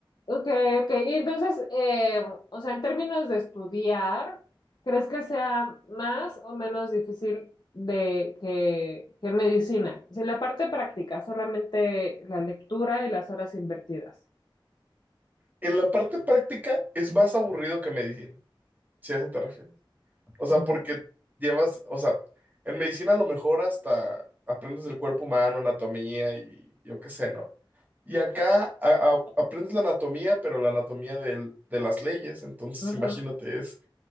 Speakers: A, on the left; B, on the right.
A: Okay, okay. Y entonces, eh, o sea, en términos de estudiar, ¿crees que sea más o menos difícil de que, que medicina? Sin la parte práctica, solamente la lectura y las horas invertidas.
B: En la parte práctica es más aburrido que medicina, si a eso te refieres. O sea,
A: Mm.
B: porque llevas, o sea, en medicina a lo mejor hasta aprendes del cuerpo humano, anatomía y yo qué sé, ¿no? Y acá a- a- aprendes la anatomía, pero la anatomía del- de las leyes. Entonces,
A: Ujú,
B: imagínate, es,